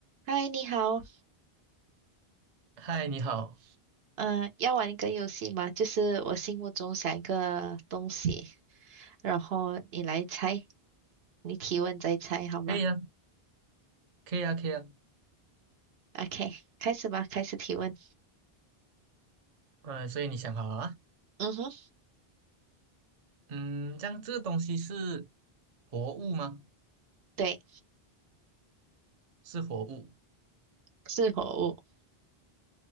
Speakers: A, on the right; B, on the right.
A: 嗨，你好，
B: 嗨，你好，
A: 嗯、要玩一个游戏吗？就是我心目中想一个东西，然后你来猜，你提问再猜，好吗
B: 可以啊，可以啊，可以啊，
A: ？OK，开始吧，开始提问。
B: 嗯、所以你想好了啊？
A: 嗯哼，
B: 嗯，这样这个东西是活物吗？
A: 对，
B: 是活物，
A: 是活物。